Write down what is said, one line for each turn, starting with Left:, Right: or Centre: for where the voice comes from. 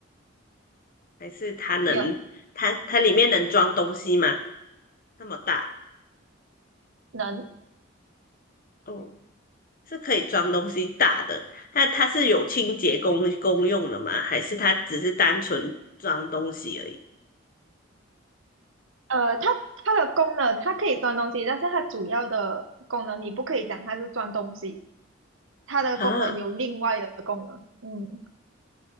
Left: 还是它能它它里面能装东西吗？
Right: 没有
Left: 那么大，
Right: 能，
Left: 哦，是可以装东西大的。那它是有清洁功功用的吗？还是它只是单纯装东西而已？
Right: 呃，它它的功能，它可以装东西，但是它主要的功能你不可以讲它是装东西，它的功能有另外的功能，
Left: 哈。
Right: 嗯，